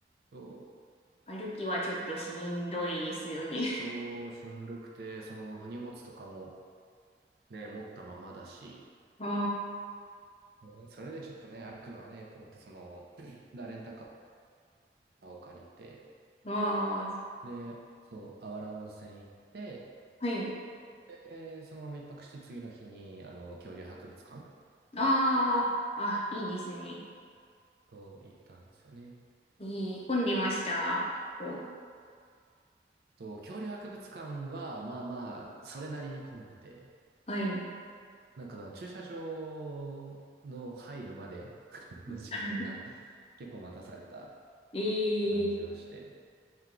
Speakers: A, on the right (about 60°); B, on the left (about 35°).
A: そう、
B: 歩きはちょっとしんどいですよね。
A: そう、しんどくて、その荷物とかもね、持ったままだし、
B: <laughs> あ
A: うん、それでちょっとね、歩くのはね、と思って、その、<clears throat> だ、レンタカーを借りて、
B: あ、<laughs> ああ、
A: で、そう、あわら温泉行って、
B: はい。
A: で、そのまま一泊して次の日に、あの、恐竜博物館
B: ああ、あ、いいですね。
A: を行ったんですよね。
B: いい混んでました。お
A: そう、恐竜博物館は、まあまあ、それなりに混んでて、
B: はい。
A: なんかだから駐車場の入るまで <laughs>
B: <laughs>
A: の時間が結構待たされた
B: えー、
A: 感じはして。